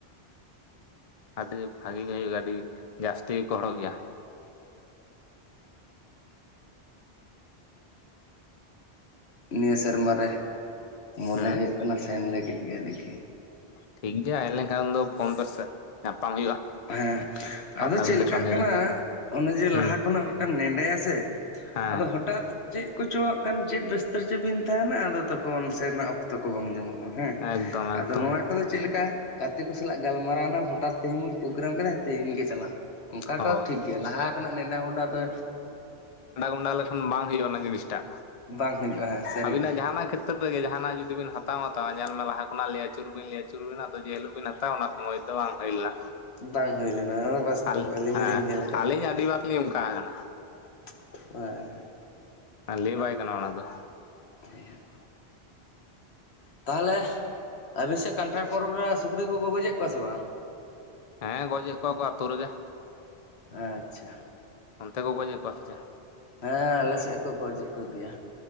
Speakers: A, on the left; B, on the left.
A: ᱟᱹᱰᱤ ᱵᱷᱟᱜᱤ ᱜᱮ ᱦᱳᱭᱳᱜ ᱜᱮᱭᱟ ᱟᱹᱰᱤ ᱡᱟᱥᱛᱤ ᱜᱮ ᱠᱚ ᱦᱚᱲ-ᱚᱜ ᱜᱮᱭᱟ
B: ᱱᱤᱭᱟᱹ ᱥᱮᱨᱢᱟ ᱨᱮ ᱢᱚᱱᱮ
A: ᱦᱮᱸ
B: ᱦᱩᱭᱩᱜ ᱠᱟᱱᱟ ᱥᱮᱱ ᱞᱟᱹᱜᱤᱫ ᱜᱮ ᱫᱮᱠᱷᱤ
A: ᱴᱷᱤᱠ ᱜᱮᱭᱟ ᱦᱮᱡ ᱞᱮᱱᱠᱷᱟᱱ ᱫᱚ ᱯᱷᱳᱱ ᱯᱮᱥᱮ ᱧᱟᱯᱟᱢ ᱦᱩᱭᱩᱜᱼᱟ
B: ᱦᱮᱸ
A: ᱯᱟᱴᱟᱵᱤᱸᱫᱟᱹ
B: ᱟᱫᱚ ᱪᱮᱫ ᱞᱮᱠᱟᱜ
A: ᱴᱟᱺᱰᱤ
B: ᱠᱟᱱᱟ
A: ᱨᱮ
B: ᱚᱱᱮ ᱡᱮ
A: ᱦᱩᱸ
B: ᱞᱟᱦᱟ ᱠᱷᱚᱱᱟᱜ ᱢᱤᱫᱴᱟᱝ ᱱᱮᱰᱟᱭ ᱭᱟ ᱥᱮ
A: ᱦᱮᱸ
B: ᱟᱫᱚ ᱦᱚᱴᱟᱛ ᱪᱮᱫ ᱠᱚᱪᱚ ᱦᱟᱸᱜ ᱠᱷᱟᱱ ᱪᱮᱫ ᱵᱮᱥᱛᱚ ᱨᱮᱪᱚ ᱵᱤᱱ ᱛᱟᱦᱮᱱᱟ ᱟᱫᱚ ᱛᱚᱠᱷᱚᱱ ᱥᱮᱱ ᱨᱮᱱᱟᱜ ᱚᱠᱛᱚ ᱠᱚ ᱵᱟᱝ ᱧᱟᱢᱚᱜᱼᱟ ᱦᱮᱸ
A: ᱮᱠᱫᱚᱢ
B: ᱟᱫᱚ
A: ᱮᱠᱫᱚᱢ
B: <unintelligible> ᱠᱚᱫᱚ ᱪᱮᱫ ᱞᱮᱠᱟ ᱜᱟᱛᱮ ᱠᱚ ᱥᱟᱞᱟᱜ ᱜᱟᱞᱢᱟᱨᱟᱣ ᱮᱱᱟᱢ ᱦᱚᱴᱟᱛ ᱛᱮᱦᱮᱧ ᱵᱚᱱ ᱯᱨᱳᱜᱨᱟᱢ ᱠᱮᱫᱟ ᱛᱮᱦᱮᱧ ᱜᱮ ᱪᱟᱞᱟᱣ ᱚᱱᱠᱟ
A: ᱦᱳᱭ
B: ᱠᱚ ᱴᱷᱤᱠ ᱜᱮᱭᱟ ᱞᱟᱦᱟ ᱠᱷᱚᱱᱟᱜ ᱱᱮᱸᱰᱟ ᱜᱚᱸᱰᱟ ᱫᱚ
A: ᱚᱱᱟ ᱞᱮᱠᱷᱟᱱ ᱵᱟᱝ ᱦᱩᱭᱩᱜᱼᱟ ᱚᱱᱟ ᱡᱤᱱᱤᱥ ᱴᱟᱜ
B: ᱵᱟᱝ ᱦᱩᱭᱩᱜᱼᱟ ᱥᱟᱹᱨᱤᱜᱮ
A: ᱟᱵᱤᱱᱟᱜ ᱡᱟᱦᱟᱱᱟᱜ- <unintelligible> ᱡᱟᱦᱟᱱᱟᱜ ᱡᱩᱫᱤ ᱵᱤᱱ ᱦᱟᱛᱟᱣ ᱢᱟᱛᱟᱣᱟ ᱧᱮᱞ ᱢᱮ ᱞᱟᱦᱟ ᱠᱷᱚᱱᱟᱜ ᱞᱟᱹᱭ ᱟ. ᱪᱩᱨ ᱵᱤᱱ ᱞᱟᱹᱭ ᱟᱹᱪᱩᱨ ᱵᱤᱱ ᱟᱫᱚ ᱡᱮᱹ ᱦᱮᱞᱳᱜ <unintelligible> ᱵᱮᱱ ᱦᱟᱛᱚᱣ ᱚᱱᱟ ᱥᱚᱢᱭ ᱫᱚ ᱵᱟᱝ ᱦᱩᱭ ᱞᱮᱱᱟ
B: ᱵᱟᱝ ᱦᱩᱭ ᱞᱮᱱᱟ ᱚᱱᱟ ᱵᱟᱥᱛᱚᱵ
A: ᱟᱞ
B: ᱟᱹᱞᱤᱧ
A: ᱦᱮᱸ
B: ᱦᱚᱸᱞᱤᱧ ᱧᱮᱞ ᱠᱟᱜ
A: ᱟᱹᱞᱤᱧ
B: ᱜᱮᱭᱟ
A: ᱟᱹᱰᱤ ᱵᱟᱨ ᱞᱤᱧ ᱚᱱᱠᱟ ᱟᱠᱟᱱᱟ
B: <inaudible> ᱦᱳᱭ
A: ᱟ ᱞᱟᱹᱭ ᱵᱟᱭ ᱜᱟᱱᱚᱜ-ᱟ ᱚᱱᱟ ᱫᱚ
B: <inaudible> ᱛᱟᱦᱞᱮ ᱟᱹᱵᱤᱱ ᱥᱮᱫ ᱠᱟᱱᱴᱷᱟᱲ ᱯᱚᱨᱚᱵᱽ ᱨᱮ ᱥᱩᱠᱨᱤ ᱠᱚᱠᱚ ᱜᱚᱡᱽ ᱮᱫ ᱠᱚᱣᱟ ᱥᱮ ᱵᱟᱝ
A: ᱦᱮᱸ ᱜᱚᱡᱽ ᱮᱫ ᱠᱚᱣᱟ ᱠᱚ ᱟᱛᱳ ᱨᱮᱜᱮ
B: ᱟᱪᱪᱷᱟ
A: ᱚᱱᱛᱮ ᱠᱚ ᱜᱚᱡᱽ ᱮᱫ ᱠᱚᱣᱟ ᱥᱮ ᱪᱮᱫ?
B: ᱦᱮᱸ ᱟᱞᱮ ᱥᱮᱫ ᱠᱚ ᱜᱚᱡ ᱮᱫ ᱠᱚᱜᱮᱭᱟ